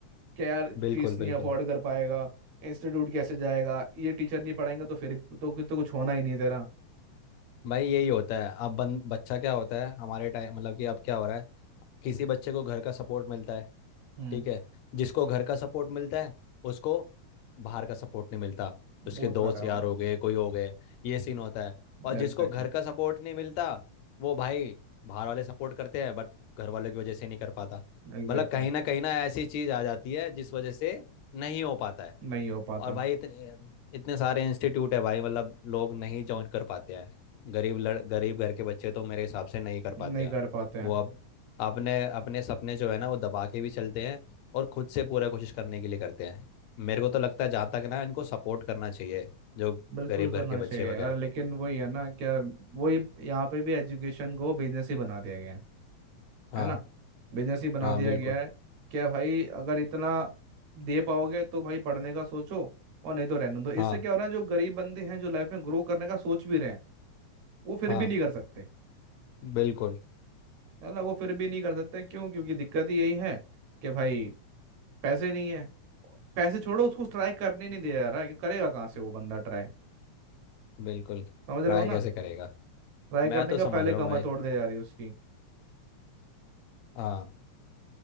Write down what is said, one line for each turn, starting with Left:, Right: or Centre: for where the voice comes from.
Right: कि यार
Left: बिल्कुल
Right: फीस
Left: बिल्कुल
Right: नहीं अफोर्ड कर पाएगा इंस्टीट्यूट कैसे जाएगा ये टीचर नहीं पढ़ाएंगे तो फिर तो, तो कुछ होना ही नहीं तेरा
Left: भाई यही होता है अब बन बच्चा क्या होता है हमारे टाइम मतलब कि अब क्या हो रहा है किसी बच्चे को घर का सपोर्ट मिलता है
Right: हम्म
Left: ठीक है जिसको घर का सपोर्ट मिलता है उसको बाहर का सपोर्ट नहीं मिलता उसके
Right: वो
Left: दोस्त
Right: तो है
Left: यार हो गए कोई हो गए ये सीन होता है और जिसको
Right: एग्जैक्टली
Left: घर का सपोर्ट नहीं मिलता वो भाई बाहर वाले सपोर्ट करते हैं बट घर वालों की वजह से नहीं कर पाता
Right: एग्जैक्टली
Left: मतलब कहीं ना कहीं ना ऐसी चीज आ जाती है जिस वजह से नहीं हो पाता है
Right: नहीं हो पाता
Left: और भाई
Right: है
Left: इतने इतने सारे इंस्टीट्यूट है भाई मतलब लोग नहीं ज्वाइन कर पाते हैं गरीब लड़ गरीब घर के बच्चे तो मेरे हिसाब से नहीं कर पाते
Right: नहीं
Left: हैं
Right: कर पाते हैं
Left: वो अब अपने अपने सपने जो है ना वो दबा के भी चलते हैं और खुद से पूरा कोशिश करने के लिए करते हैं मेरे को तो लगता है जहाँ तक ना इनको सपोर्ट करना चाहिए जो
Right: बिल्कुल
Left: गरीब
Right: करना
Left: घर के बच्चे
Right: चाहिए
Left: वगैरह
Right: यार लेकिन वही है ना क्या वही यहाँ पे भी एजुकेशन को बिजनेस ही बना दिया गया है
Left: हाँ
Right: है ना बिजनेस ही बना
Left: हाँ
Right: दिया
Left: बिल्कुल
Right: गया है क्या भाई अगर इतना दे पाओगे तो भाई पढ़ने का सोचो और नहीं तो रहने दो इससे
Left: हाँ
Right: क्या हो रहा है जो गरीब बंदे हैं जो लाइफ में ग्रो करने का सोच भी रहे हैं वो फिर
Left: हाँ
Right: भी नहीं कर सकते
Left: बिल्कुल
Right: है ना वो फिर भी नहीं कर सकते क्यों क्योंकि दिक्कत ही यही है कि भाई पैसे नहीं है पैसे छोड़ो उसको ट्राई करने नहीं दिया जा रहा है कि करेगा कहाँ से वो बंदा ट्राई
Left: बिल्कुल ट्राई
Right: समझ रहे हो ना
Left: कैसे करेगा
Right: ट्राई
Left: मैं
Right: करने
Left: तो
Right: का
Left: समझ
Right: पहले
Left: रहा
Right: कमर
Left: हूँ भाई
Right: तोड़ दे जा रही है उसकी
Left: हाँ